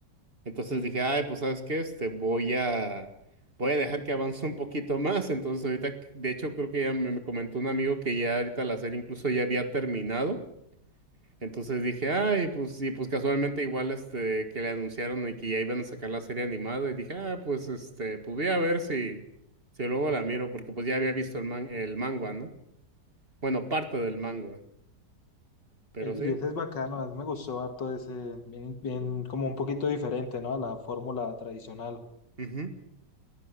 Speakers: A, on the right (about 35°); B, on the left (about 80°).
A: Entonces
B: Sí.
A: dije, ay, pues ¿sabes qué? Este, voy a, voy a dejar que avance un poquito más. Entonces ahorita, de hecho creo que ya me, me comentó un amigo que ya ahorita la serie incluso ya había terminado. Entonces dije, ay, pues, y pues casualmente igual este que le anunciaron y que ya iban a sacar la serie animada, y dije, ah, pues este, pues voy a ver si, si luego la miro, porque pues ya había visto el man, el manga, ¿no? Bueno, parte del manga,
B: Y,
A: pero
B: eh,
A: sí,
B: y ese es bacano, a mí me gustó harto ese, bien, bien como un poquito diferente, ¿no? A la fórmula tradicional.
A: ujú,